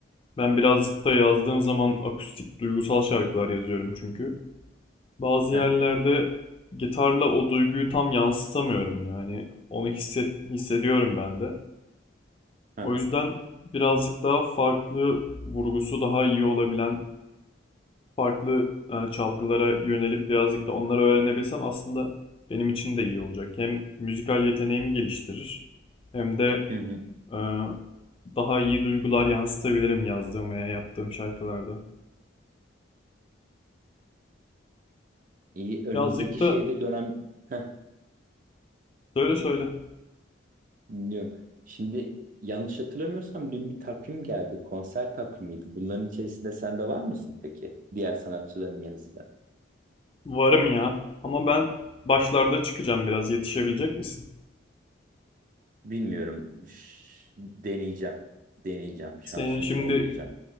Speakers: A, on the left; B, on the right.
A: Ben birazcık da yazdığım zaman akustik duygusal şarkılar yazıyorum çünkü. Bazı
B: Hı
A: yerlerde
B: hı
A: gitarla o duyguyu tam yansıtamıyorum yani onu hisset, hissediyorum ben de.
B: hı
A: O
B: hı.
A: yüzden birazcık daha farklı vurgusu daha iyi olabilen farklı e, çalgılara yönelip birazcık da onları öğrenebilsem aslında benim için de iyi olacak. Hem müzikal yeteneğimi geliştirir hem de
B: hı hı.
A: e, daha iyi duygular yansıtabilirim yazdığım veya yaptığım şarkılarda.
B: İyi, önümüzdeki
A: Birazcık da
B: şeyde dönem Heh,
A: Söyle söyle.
B: dinliyorum. Şimdi yanlış hatırlamıyorsam dün bir takvim geldi. Konser takvimiydi. Bunların içerisinde sen de var mısın peki? Diğer sanatçıların yanı sıra.
A: Varım ya. Ama ben başlarda çıkacağım biraz. Yetişebilecek misin?
B: Bilmiyorum. Ş- Deneyeceğim. Deneyeceğim. Şansımı
A: Senin şimdi
B: zorlayacağım.